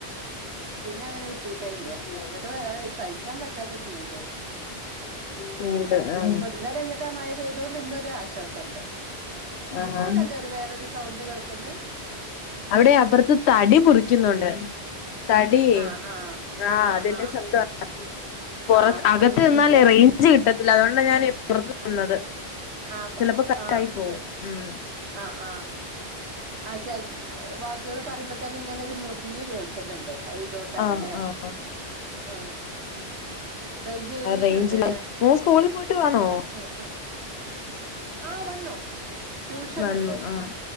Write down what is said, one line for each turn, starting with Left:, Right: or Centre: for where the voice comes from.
Right: പിന്നെ അങ്ങനെ കിട്ടീട്ടേ ഇല്ല.
Left: ഉം
Right: എന്നിട്ട് <unintelligible> സഹിക്കാൻ പറ്റാത്ത ചൂട്
Left: കൂടെ ആ.
Right: ഇപ്പൊ ഇന്നലെ എന്നിട്ട് ആ മഴ പെയ്തോണ്ട് ഇന്നൊരു ആശ്വാസമുണ്ട്
Left: ആഹാ
Right: അവിടെ എന്താ ഒരു വേറൊരു സൗണ്ട് കേൾക്കുന്ന്
Left: അവിടെ അപ്പുറത്ത് തടി മുറിക്കുന്നുണ്ട്. തടി
Right: ആഹ് ആഹ്
Left: ആ
Right: ആഹ്
Left: അതന്റെ
Right: ആഹ്
Left: ശബ്ദാ പുറ
Right: ആഹ്
Left: അകത്ത്
Right: ആഹ് മെഷീന്റെ
Left: നിന്നാലേ റേഞ്ച് കിട്ടത്തില്ല. അതുകൊണ്ടാണ് ഞാൻ പുറത്ത് നിന്നത്.
Right: ആ
Left: ചിലപ്പോ കട്ടായി
Right: ആഹ്
Left: പോവും ഉം
Right: ആഹ് ആഹ. ആ ചെ വാക്കുകള് പറയുമ്പോ തന്നെ ഇങ്ങനെ ഒരു മുറിഞ്ഞ് കേൾക്കുന്നുണ്ട്. അത് ഇതുകൊണ്ടാണല്ലേ
Left: ആഹ് ആഹ്
Right: ആ മം. റേഞ്ച് ഇഷ്യുണ്ട്ല്ലേ.
Left: റേഞ്ചില മോൻ സ്കൂളിൽ പോയിട്ട് വന്നോ
Right: അ അ ആ വന്നു, ട്യൂഷൻ
Left: വന്നു
Right: ഉണ്ട്.
Left: ആഹ്